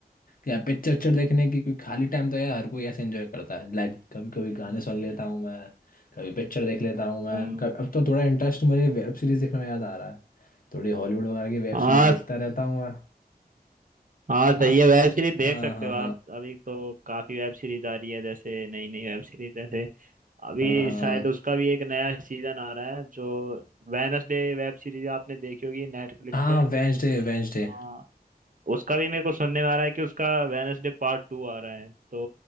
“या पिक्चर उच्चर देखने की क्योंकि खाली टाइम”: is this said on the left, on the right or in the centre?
Left